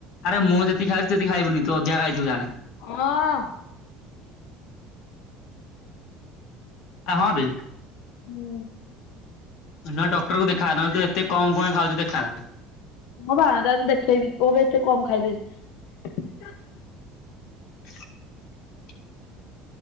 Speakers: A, on the left; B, on the left.
A: ଆରେ ମୁଁ ଯେତିି ଖାଉଛି ସେତିି ଖାଇବୁନି ତୁ ଅଧା ଖାଇଥିବୁ ଯାହାହେଲେ।
B: ହଁ।
A: ହଁ ବେ।
B: ହୁଁ।
A: ନା ଡକ୍ଟର କଙ୍କୁ ଦେଖାହାୁ ଏତେ କମ ଖାଉଛି ଦେଖା।
B: ହଁ ପା ଯାଉଛି ଦେଖେଇବି ଓ ବି ଏଥେ କମ ଖାଇଦେଲି।
A: ହ <unintelligible>